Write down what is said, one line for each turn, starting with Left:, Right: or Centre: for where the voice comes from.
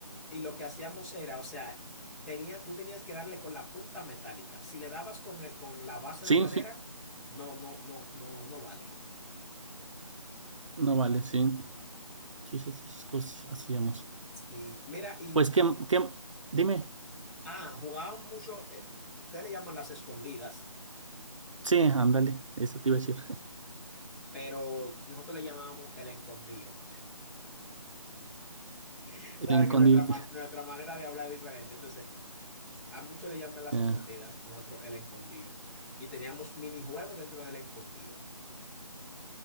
Centre: y lo que hacíamos era, o sea, tenía, tú tenías que darle con la punta metálica. Si le dabas con el, con la base
Right: Sí,
Centre: de madera,
Right: sí,
Centre: no, no, no, no, no vale.
Right: no vale, sí. Sí, sí, esas cosas hacíamos.
Centre: Y mira, y,
Right: Pues que, dime,
Centre: ah, jugaban mucho, eh, ustedes le llaman las escondidas,
Right: sí, ándale, eso te iba a decir.
Centre: pero nosotros le llamábamos el escondido. <laughs>
Right: El
Centre: Sabe
Right: encondido.
Centre: que nuestra, man- nuestra manera de hablar es diferente. Entonces, a muchos le llaman las
Right: ya.
Centre: escondidas, nosotros el escondido. Y teníamos minijuegos dentro del escondido,